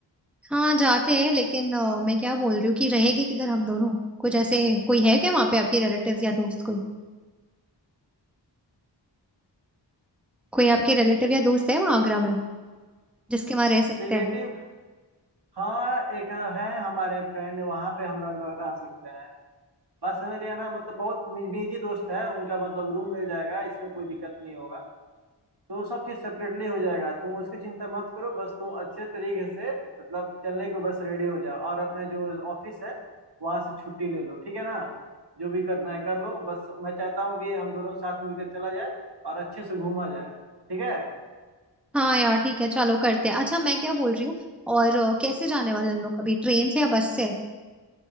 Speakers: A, in the centre; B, on the right.
A: हाँ जाते हैं लेकिन अ, मैं क्या बोल रही हूँ कि रहेगी किधर हम दोनों कुछ ऐसे कोई है क्या वहाँ पे आपके रिलेटिव्स या दोस्त कोई कोई आपके रिलेटिव या दोस्त है वहाँ आगरा में जिसके वहाँ रह सकते
B: रिलेटिव
A: हैं
B: हाँ एक है हमारे फ्रेंड वहां पे हम लोग लोग रह सकते हैं बात समझ रही है ना मतलब बहुत निजी दोस्त है उनका मतलब रूम मिल जाएगा इसमें कोई दिक्कत नहीं होगा तो सब चीज सेपरेटली हो जाएगा तुम उसकी चिंता मत करो बस तुम अच्छे तरीके से मतलब चलने को बस रेडी हो जाओ और अपने जो ऑफिस है वहां से छुट्टी ले लो ठीक है ना जो भी करना है कर लो बस मैं चाहता हूँ कि हम दोनों साथ मिलकर चला जाए और अच्छे से घूमा जाए ठीक है
A: हाँ यार ठीक है चलो करते हैं अच्छा मैं क्या बोल रही हूँ और अ, कैसे जाने वाले हम लोग अभी ट्रेन से या बस से